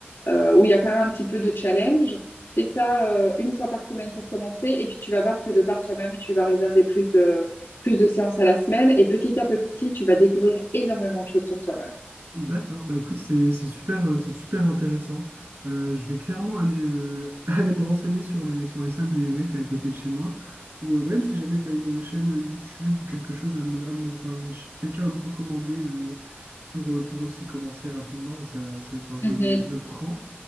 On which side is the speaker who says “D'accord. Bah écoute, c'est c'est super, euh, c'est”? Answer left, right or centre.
Right